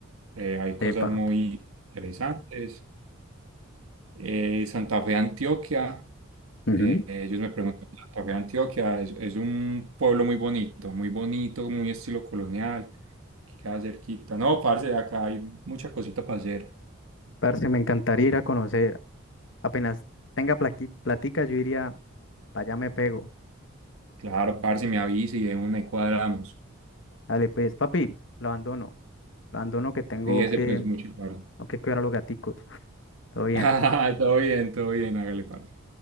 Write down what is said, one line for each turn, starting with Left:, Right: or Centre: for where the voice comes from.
Right: eh, hay cosas
Left: Epa.
Right: muy interesantes. Eh, Santa Fe, Antioquia,
Left: Ujú.
Right: eh, ellos me preguntan, Santa Fe, Antioquia, es, es un pueblo muy bonito, muy bonito, muy estilo colonial, que queda cerquita. No, parce, acá hay mucha cosita para hacer.
Left: Parce, me encantaría ir a conocer. Apenas tenga plaqui- platica, yo iría, para allá me pego.
Right: Claro, parce, me avisa y de una y cuadramos.
Left: Dale, pues, papi, lo abandono. Lo abandono que tengo
Right: Cuídese
Left: que,
Right: pues mucho, parce.
Left: tengo que cuidar a los gaticos. Todo bien.
Right: <laughs> Todo bien, todo bien, hágale, parce.